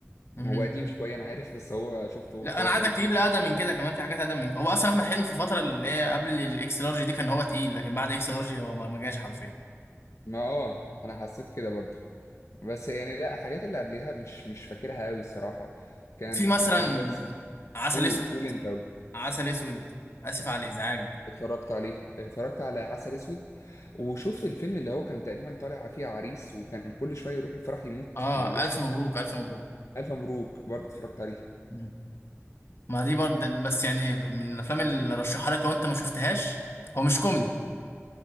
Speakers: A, on the left; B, on the left.
A: امم
B: هو قديم شويه انا عارف بس هو شفته واتفرجت
A: لا انا عايزك
B: عليه
A: تجيب
B: كتير
A: لي اقدم من كده كمان في حاجات اقدم من هو اصلا احمد حلمي في الفتره اللي هي قبل الاكس لارج دي كان هو تقيل لكن بعد اكس لارج هو ما ما جاش حرفيا
B: ما اه انا حسيت كده برضو بس يعني لا الحاجات اللي قبليها مش مش فاكرها قوي الصراحه كان
A: في مثلا
B: آه، يعني بس
A: عسل
B: قول
A: اسود
B: قول انت
A: عسل اسود اسف على الازعاج
B: اتفرجت عليه اتفرجت على عسل اسود وشفت الفيلم اللي هو كان تقريبا طالع فيه عريس وكان كل شويه يروح الفرح يموت
A: اه
B: ويصحى
A: الف مبروك الف مبروك
B: الف مبروك برضه اتفرجت عليه
A: مم. ما دي برضه بس يعني من الافلام اللي رشحها لك لو انت ما شفتهاش هو مش كوميدي